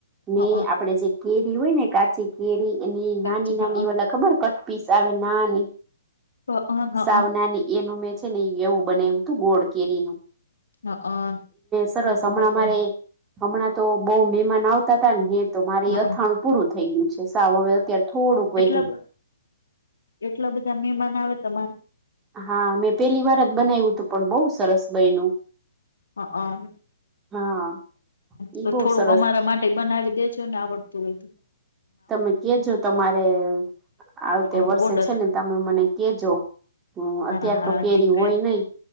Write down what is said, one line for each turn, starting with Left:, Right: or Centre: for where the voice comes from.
Right: મેં
Left: હઅ
Right: આપણેે જે કેરી હોય ને કાચી કેરી એની
Left: કાચી
Right: નાની નાની
Left: હઅ
Right: ઓલા ખબર પીસ આવે નાની,
Left: હઅ હઅ
Right: સાવ નાની એનું મેં છે. એવું બનાવ્યું તું ગોડ કેરીનુ.
Left: <unintelligible>
Right: સરસ હમણાં
Left: બતો
Right: મારે હમણાં તો બહુ મહેમાન આવતા હતા ને જે તો મારે
Left: હઅ
Right: અથાણું પૂરું થઈ ગયું છે, સાવ હવે અત્યારે થોડુંક
Left: એટલા
Right: વધું.
Left: એટલા બધા મહેમાન આવે તમારે?
Right: હા મેં પેલી જ બનાવ્યું પણ બહુ સરસ બનું.
Left: હકન
Right: હા ઈ
Left: તો
Right: બહુ
Left: થોડુંક
Right: સરસ
Left: અમારા માટે બનાવી દેજો ને આવડતું હોય તું.
Right: તમે કેજો તમારે આવતે
Left: હઅ
Right: વર્ષે
Left: ઓર્ડર
Right: છે તમે મને કહેજો, અત્યાર
Left: હા હા
Right: તો કેરી
Left: તે કઈ
Right: હોય નહિ.